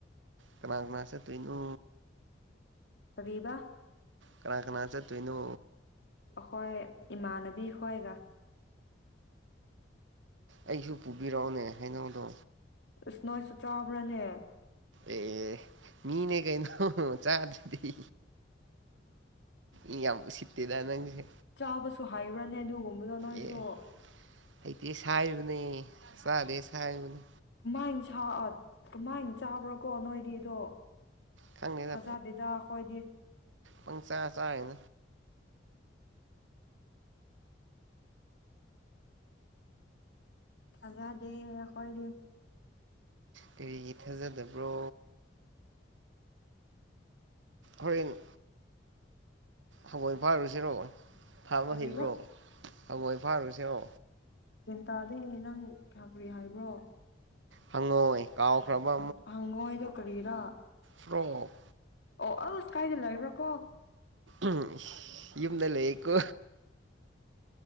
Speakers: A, on the right; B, on the left.
A: ꯀꯅꯥ ꯀꯅꯥ ꯆꯠꯇꯣꯏꯅꯣ
B: ꯀꯔꯤꯕꯥ
A: ꯀꯅꯥ ꯀꯅꯥ ꯆꯠꯇꯣꯏꯅꯣ
B: ꯑꯈꯣꯏ ꯏꯃꯥꯟꯅꯕꯤ ꯈꯣꯏꯒ
A: ꯑꯩꯁꯨ ꯄꯨꯕꯤꯔꯛꯑꯣꯅꯦ ꯍꯥꯏꯩꯅꯧꯗꯣ
B: ꯑꯁ ꯅꯣꯏꯁꯨ ꯆꯥꯕ꯭ꯔꯥꯅꯦ
A: ꯑꯦ ꯃꯤꯅꯦ ꯀꯩꯅꯣ ꯆꯥꯗ꯭ꯔꯥꯗꯤ ꯏ ꯌꯥꯝ ꯎꯁꯤꯠꯇꯦꯗꯥ ꯅꯪꯖꯦ
B: ꯆꯥꯕꯁꯨ ꯍꯩꯕ꯭ꯔꯅꯦ ꯑꯗꯨꯒꯨꯝꯕꯗꯣ ꯅꯣꯏꯁꯨ
A: ꯑꯦ ꯍꯩꯇꯦ ꯁꯥꯏꯕꯅꯦ ꯆꯥꯗꯦ ꯁꯥꯏꯕꯅꯦ
B: ꯀꯃꯥꯏꯟ ꯁꯥ ꯑꯥ ꯀꯃꯥꯏꯅ ꯆꯥꯕ꯭ꯔꯥ ꯀꯣ ꯅꯣꯏꯗꯤꯗꯣ
A: ꯈꯪꯗꯦꯗ
B: ꯊꯥꯖꯗꯦꯗ ꯈꯣꯏꯗꯤ
A: ꯄꯪ ꯆꯥ ꯆꯥ <unintelligible>
B: ꯊꯖꯥ ꯗꯦ ꯑꯈꯣꯏꯗꯤ
A: ꯀꯔꯤꯒꯤ ꯊꯥꯖꯗꯕ꯭ꯔꯣ ꯍꯣꯔꯦꯟ ꯍꯉꯣꯏ ꯐꯥꯔꯨꯁꯤꯔꯣ ꯐꯥꯕ
B: ꯀꯔꯤꯕ
A: ꯍꯩꯕ꯭ꯔꯣ ꯍꯉꯣꯏ ꯐꯥꯔꯨꯁꯤꯔꯣ
B: ꯒ꯭ꯌꯥꯟ ꯇꯥꯗꯦ ꯅꯪ ꯀꯌꯥ ꯀꯔꯤ ꯍꯥꯏꯕ꯭ꯔꯣ
A: ꯍꯪꯉꯣꯏ ꯀꯥꯎꯈ꯭ꯔꯕ
B: ꯍꯥ ꯍꯪꯉꯣꯏꯗꯣ ꯀꯔꯤꯔꯥ
A: ꯐꯔꯣꯒ
B: ꯑꯣ ꯑꯁ ꯀꯥꯏꯗ ꯂꯩꯕ꯭ꯔꯣ ꯀꯣ
A: ꯎꯝ ꯏꯁ ꯌꯨꯝꯗ ꯂꯩꯌꯦꯀꯣ